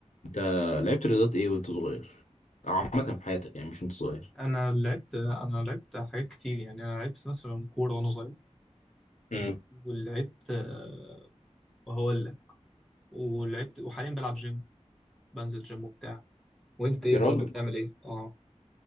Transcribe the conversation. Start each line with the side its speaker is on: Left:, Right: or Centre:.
Left: انت لعبت رياضات ايه وانت صغير او عامه في حياتك يعني مش وانت صغير
Centre: انا لعبت انا لعبت حاجات كتير يعني انا لعبت مثلا كوره وانا صغير
Left: امم
Centre: ولعبت آه، وهقول لك ولعبت وحاليا بلعب جيم بنزل جيم وبتاع وانت ايه
Left: يا
Centre: برضو
Left: راجل
Centre: بتعمل ايه اه